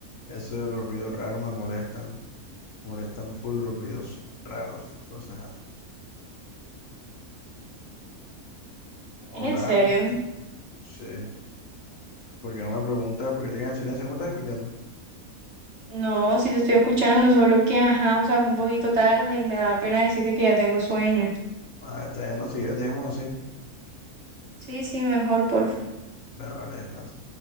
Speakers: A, on the left; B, on the right.
A: Eso de los ruidos raros me molestan. Molestan full los ruidos raros. Entonces, ajá. Hola.
B: ¿Es en serio?
A: Sí. ¿Por qué no me preguntas? ¿Por qué te quedas en silencio? ¿No me estás escuchando?
B: No, sí te estoy escuchando, solo que, ajá, o sea, es un poquito tarde y me da pena decirte que ya tengo sueño.
A: Ah, está bien, no, si quieres dejemos así.
B: Sí, sí, mejor, porfa.
A: Bueno, vale, descansa.